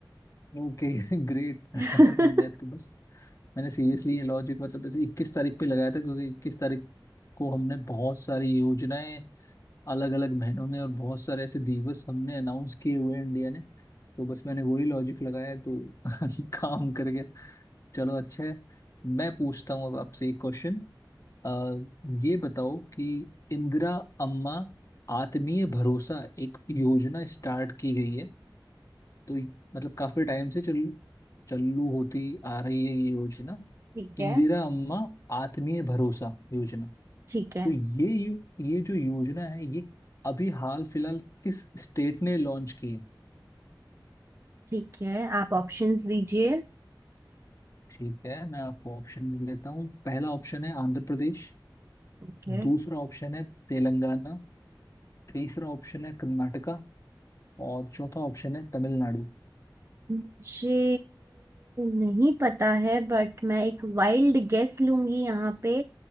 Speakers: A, on the left; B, on the right.
A: ओके ग्रेट
B: <laughs>
A: <laughs> मैं तो बस मैंने सीरियसली ये लॉजिक मतलब जैसे इक्कीस तारीख पे लगाया था क्योंकि इक्कीस तारीख को हमने बहुत सारी योजनाएं अलग अलग महीनों में और बहुत सारे ऐसे दिवस हमने अनाउंस किए हुए हैं इंडिया ने तो बस मैंने वही लॉजिक लगाया तो <laughs> काम कर गया चलो अच्छा है मैं पूछता हूँ अब आपसे एक क्वेश्चन आ, ये बताओ कि इंदिरा अम्मा आत्मीय भरोसा एक योजना स्टार्ट की गई है तो मतलब काफी टाइम से चल चालू होती आ रही है ये योजना
B: ठीक
A: इंदिरा
B: है
A: अम्मा आत्मीय भरोसा योजना
B: ठीक है
A: तो ये यो- ये जो योजना है ये अभी हाल फिलहाल किस स्टेट ने लॉन्च की है
B: ठीक है आप ऑप्शंस दीजिए
A: ठीक है मैं आपको ऑप्शन दे देता हूँ पहला ऑप्शन है आंध्र प्रदेश
B: ओके
A: दूसरा ऑप्शन है तेलंगाना तीसरा ऑप्शन है कर्नाटका और चौथा ऑप्शन है तमिलनाडु
B: मुझे नहीं पता है बट मैं एक वाइल्ड गेस लूंगी यहाँ पे